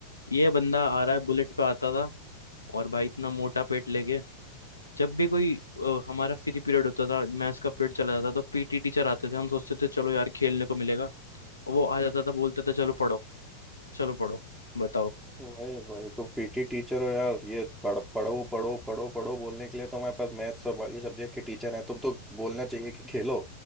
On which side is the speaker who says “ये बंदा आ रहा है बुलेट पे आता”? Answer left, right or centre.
Left